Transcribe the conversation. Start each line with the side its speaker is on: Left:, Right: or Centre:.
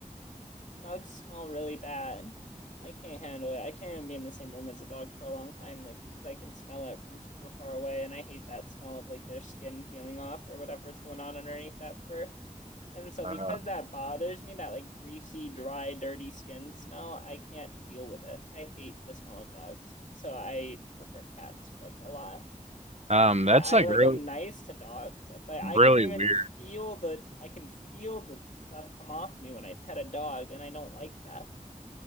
Left: dogs smell really bad. I can't handle it. I can't even be in the same room as a dog for a long time, like, because I can smell it from super far away, and I hate that smell of like their skin peeling off or whatever is going on underneath that fur. And so,
Right: Uh,
Left: because that bothers me, that like greasy, dry, dirty skin smell, I can't deal with it. I hate the smell of dogs. So, I prefer cats like a lot.
Right: um,
Left: But
Right: that's
Left: I
Right: like
Left: like
Right: really
Left: I'm nice to dogs, but I
Right: really
Left: can even
Right: weird.
Left: feel the I can feel the stuff come off me when I pet a dog, and I don't like that